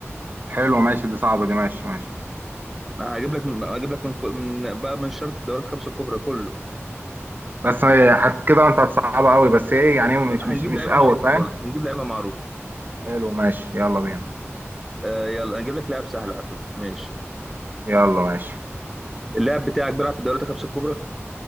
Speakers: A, on the right; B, in the centre.
A: حلو ماشي دي صعبة دي ماشي ماشي
B: بقى هجيب لك من هجيب لك من, كو- من بقى من شرط الدورات الخمسه الكبرى كله
A: بس هي هت- كده انت هتصعبها قوي بس ايه يعني مش
B: هنجيب
A: مش مش
B: لعيبه
A: قوي
B: معروفه
A: فاهم
B: برضه هنجيب لعيبه معروفه
A: حلو ماشي يلا بينا
B: آه يلا هنجيب لك لاعب سهل على فكره ماشي
A: يلا ماشي
B: اللاعب بتاعك بيلعب في الدورات الخمسه الكبرى